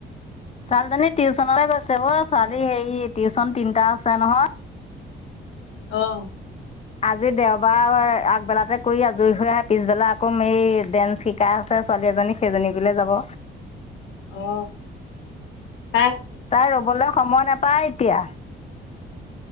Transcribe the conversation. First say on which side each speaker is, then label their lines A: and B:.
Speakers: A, on the left; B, on the left.
A: ছোৱালীজনী টিউচনলৈ গৈছে অ', ছোৱালী হেৰি টিউচন তিনিটা আছে নহয়।
B: অ'।
A: আজি দেওবাৰ আগবেলাতে কৰি আজৰি হৈ আহে পিছবেলা আকৌ এই ডেন্স শিকাই আছে ছোৱালী এজনী সেইজনীকলৈ যাব।
B: অহ ',
A: তাই ৰবলৈ সময় নাপায় এতিয়া।